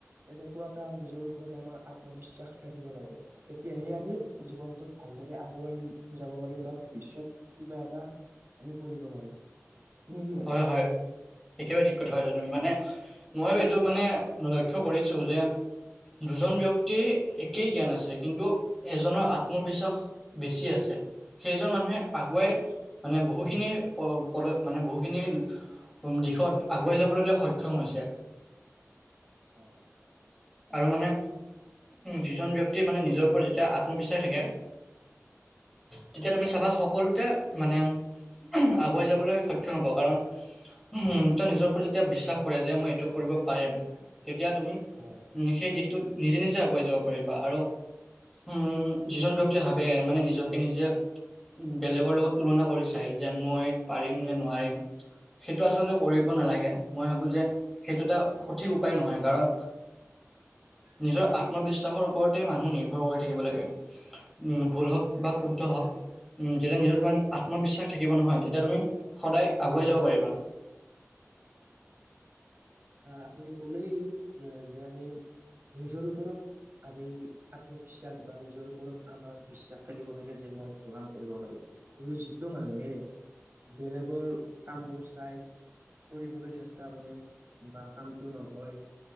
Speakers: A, on the right; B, in the centre.
A: এনেকুৱা এটা নিজৰ ওপৰত আমাৰ আত্মবিশ্বাস থাকিব লাগে তেতিয়াহে আমি জীৱনটোত ভাল ভালদৰে আগুৱাই যাব পাৰিম বা ভৱিষ্যত কিবা এটা আমি কৰিব পাৰিম। আপুনি কি ভাবে
B: হয়, হয় একেবাৰে ঠিক কথা কৈছা তুমি মানে ময়ো এইটো মানে লক্ষ্য কৰিছো যে দুজন ব্যক্তিৰ একেই জ্ঞান আছে কিন্তু এজনৰ আত্মবিশ্বাস বেছি আছে। সেইজন মানুহে আগুৱাই
A: হয়
B: মানে বহুখিনি পদ মানে বহু দিশত আগুৱাই যাবলৈ সক্ষম হৈছে।
A: হয়
B: আৰু মানে যিজন ব্যক্তি মানে নিজৰ ওপৰত যেতিয়া আত্মবিশ্বাস থাকে তেতিয়া তুমি চাবা সকলোতে মানে আগুৱাই যাবলৈ সক্ষম হ'ব। কাৰণ উ তেওঁ নিজৰ ওপৰত যেতিয়া বিশ্বাস কৰে যে মই এইটো কৰিব পাৰেিম তেতিয়া তুমি
A: হয়
B: সেই দিশটোত নিজে নিজে আগুৱাই যাব পাৰিবা আৰু উম যিজন ব্যক্তি ভাবে মানে নিজকে নিজে বেলেগৰ লগত তুলনা কৰি চাই যে মই পাৰিম নে নোৱাৰিম। সেইটো আচলতে কৰিব নালাগে মই ভাবো যে সেইটো এটা সঠিক উপায় নহয় কাৰণ নিজৰ আত্মবিশ্বাসৰ ওপৰতে মানুহ নিৰ্ভৰ কৰি থাকিব লাগে। উ ভুল হওক বা শুদ্ধ হওক। উম। যেতিয়া নিজৰ তানে
A: হয়
B: আত্মবিশ্বাস থাকিব নহয়। তেতিয়া তুমি সদায় আগুৱাই যাব পাৰিবা।
A: আপুনি কলেই, যে আমি নিজৰ ওপৰত আগেই আত্মবিশ্বাস বা নিজৰ ওপৰত আমাৰ বিশ্বাস থাকিব লাগে যে মই সেইটো কাম কৰিব পাৰি। কিন্তু যিটো মানুহে বেলেগৰ কামবোৰ চাই কৰিবলৈ চেষ্টা কৰে বা কামতটো নহয়,